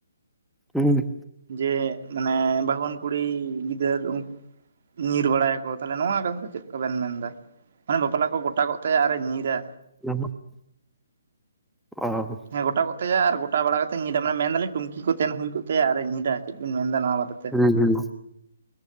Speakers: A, in the centre; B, on the right (about 55°).
A: ᱦᱩᱸ
B: ᱡᱮ ᱢᱟᱱᱮ ᱵᱟᱹᱦᱩᱣᱟᱱ ᱠᱩᱲᱤ ᱜᱤᱫᱟᱹᱨ ᱩᱱ ᱧᱤᱨ ᱵᱟᱲᱟᱭᱟ ᱠᱚ ᱛᱟᱦᱚᱞᱮ ᱱᱚᱣᱟ ᱠᱟᱛᱷᱟ ᱫᱚ ᱪᱮᱫ ᱠᱚ ᱵᱮᱱ ᱢᱮᱱ ᱫᱟ? ᱢᱟᱱᱮ ᱵᱟᱯᱞᱟ ᱠᱚ ᱜᱚᱴᱟᱚᱜ ᱛᱟᱭᱟ ᱟᱨᱮ ᱧᱤᱨᱟ᱾
A: ᱚ <inaudible> ᱚ
B: ᱦᱮᱸ ᱜᱚᱴᱟ ᱠᱚᱜ ᱛᱟᱭᱟ ᱟᱨ ᱜᱚᱴᱟ ᱵᱟᱲᱟ ᱠᱟᱛᱮ ᱧᱤᱫᱟᱹ ᱢᱟᱱ ᱢᱮᱱ ᱫᱟᱞᱤ ᱴᱩᱱᱠᱤ ᱠᱚ ᱛᱟᱦᱮᱱ ᱦᱩᱭ ᱠᱚᱜ ᱛᱟᱭ ᱟᱨ ᱧᱤᱫ ᱪᱮᱫ ᱵᱮᱱ ᱮᱫᱟ ᱱᱚᱣᱟ ᱵᱟᱨᱮ ᱛᱮ?
A: ᱦᱩᱸᱻᱦᱩᱸ